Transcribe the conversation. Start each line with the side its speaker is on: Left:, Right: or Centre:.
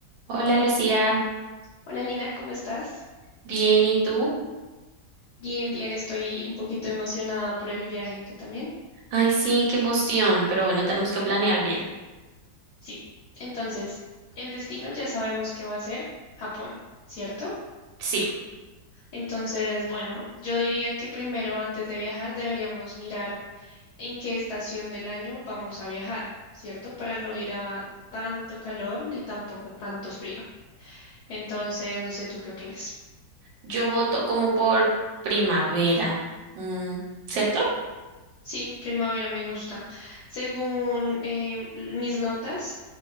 Right: Hola Lucía,
Left: Hola Lina, ¿cómo estás?
Right: bien, ¿y tú?
Left: Bien, bien, estoy un poquito emocionada por el viaje. ¿Tú también?
Right: Ay, sí, qué emoción, pero bueno, tenemos que planear bien.
Left: Sí. Entonces, el destino ya sabemos que va a ser Japón, ¿cierto?
Right: Sí,
Left: Entonces, bueno, yo diría que primero, antes de viajar, deberíamos mirar en qué estación del año vamos a viajar, ¿cierto? Para no ir a tanto calor ni tampoco tanto frío. Entonces, no sé, ¿tú qué opinas?
Right: yo voto como por primavera, mm, ¿cierto?
Left: Sí, primavera me gusta. Según eh, mis notas,